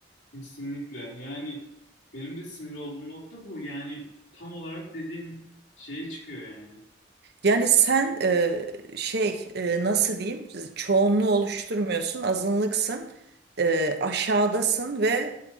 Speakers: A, on the left; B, on the right.
A: Kesinlikle yani benim de sinir olduğum nokta bu yani tam olarak dediğin şeye çıkıyor yani.
B: Yani sen e, şey e, nasıl diyeyim çoğunluğu oluşturmuyorsun azınlıksın e, aşağıdasın ve